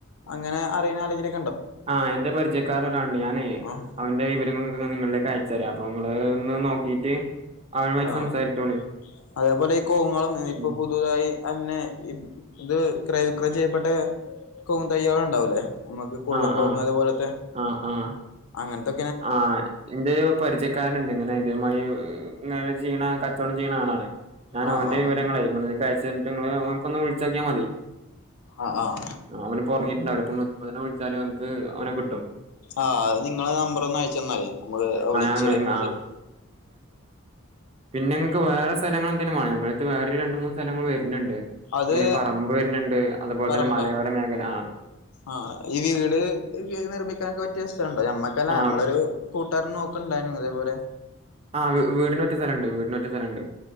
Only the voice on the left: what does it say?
അങ്ങനെ അറിയ്ണ അല്ലെങ്കിലെ
ആഹ്
ആഹ്
അതേപോലെ ഈ കോവ്ങ്ങോളും ഇപ്പൊ
പുതുതായി അന്നെ <unintelligible> ഇത് ക്രയവിക്രയം ചെയ്യപ്പെട്ട കൗങ്ങ്തയ്യാൾ ഇണ്ടാവൂലേ? അമുക്ക് കുള്ളൻ
കൗങ്ങ്
അതേപോലത്തെ
അങ്ങൻത്തെ
ആഹ്
ആഹ്
ആഹ് ആഹ്
ആഹ് അത് നിങ്ങളെ നമ്പറൊന്ന് അയച്ചന്നാളി നമുക്ക് വിളിച്ച്
അത് ശര്യാ
അത്
പറമ്പോ
ആഹ് ഈ വീട് എക്കെ നിർമ്മിക്കാനൊക്കെ പറ്റിയ സ് ഥലണ്ടോ നമ്മക്കല്ല
നമ്മളൊരു കൂട്ടുകാരൻ നോക്ക്ണ്ടായ്നു ഇതേപോലെ.